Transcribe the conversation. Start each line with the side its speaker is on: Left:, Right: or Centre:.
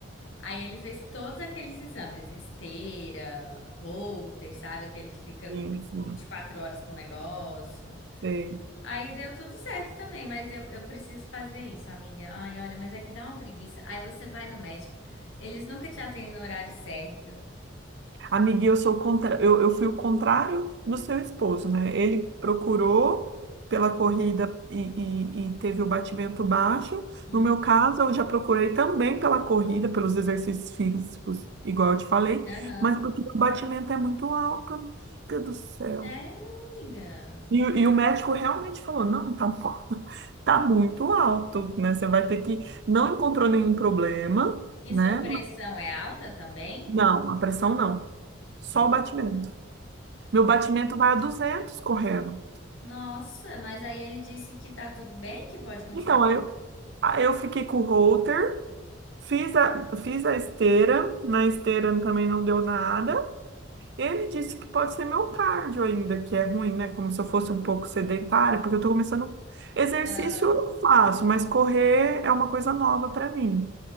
Left: Aí ele fez todos aqueles exames, esteira, Holter, sabe? Aquele que fica
Right: Sim. sim.
Left: vinte e quatro horas com o negócio.
Right: sei.
Left: Aí deu tudo certo também, mas eu, eu preciso fazer isso, amiga. Ai, olha, mas é que dá uma preguiça. Aí você vai no médico, eles nunca te atendem no horário certo.
Right: Amiga, eu sou o contra... eu, eu fui o contrário do seu esposo, né? Ele procurou pela corrida e, e, e teve o batimento baixo.
Left: Uhum.
Right: No meu caso, eu já procurei também pela corrida, pelos exercícios físicos, igual eu te falei,
Left: Aham.
Right: mas porque o batimento é muito alto, amiga do céu.
Left: Sério, amiga.
Right: E, o- e o médico realmente falou: não, tá, bom, <laughs> tá muito alto, né? Você vai ter que. Não encontrou nenhum problema,
Left: E
Right: né?
Left: sua pressão é alta também?
Right: Não, a pressão não, só
Left: Tem.
Right: o batimento. Meu batimento vai a 200 correndo.
Left: Nossa, mas aí ele disse que tá tudo bem, que pode continuar.
Right: Então, aí eu, aí eu fiquei com o halter, fiz a, fiz a esteira, na esteira também não deu nada. Ele disse que pode ser meu cardio ainda, que é ruim, né? Como se eu fosse um pouco sedentária, porque eu tô começando. Exercício
Left: Ah,
Right: eu faço, mas correr é uma coisa nova para mim.